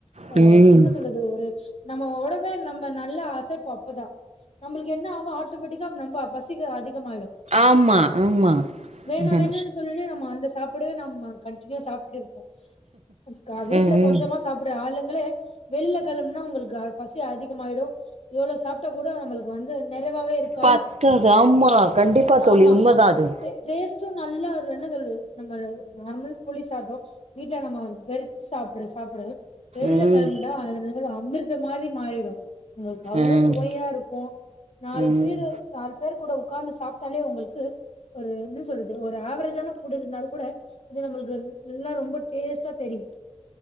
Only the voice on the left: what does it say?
அஹ என சொல்றது ஒரு நம்ம உடம்பு நம்ம நல்ல ஆசைப்பு அப்பதான் நம்மளுக்கு என்ன ஆகும் ஆட்டோமேட்டிக்கா நம்ம பசி அதிக ஆடும்
வேணா
வேன னு சொல்ல நம்ம அந்த சாப்பிவே நம்ம கண்டடினியூ சாப்பிடு அக்கா வீட்டுல
கொஞ்சமா சாப்பிடுற ஆளுங்களே வெளில கிளம்புனா உங்களுக்கு பசி அதிகமாயிடும் எவ்வளவு சாப்பிட்டா கூட நம்மளுக்கு வந்து நிறைவாவே இருக்காது
ஆமா
டேஸ்ட்டும் நல்லா என்ன சொல்து நம நார்மல் புளி சாதோ வீட்டு ல நம வெறுத்து சாப்ரா சாப்பிடடுறது அது வெளியில
கிளம்பிடா அ அம்பத் இந்த மாதிரி மாறிடும் உங்ளுக்கு அவ்லோ
சுவையா இருக்கோ நாலு
பேர் நாலு பேர் கூட உட்காந்து சாப்பிட்டாலே உங்களுக்கு ஒரு என்ன சொல்றது ஒரு ஆவரஜான புட் இருந்தாலும் கூட இது நம்மளுக்கு நல்லா ரொம்ப டேஸ்ட்டா தெரியும்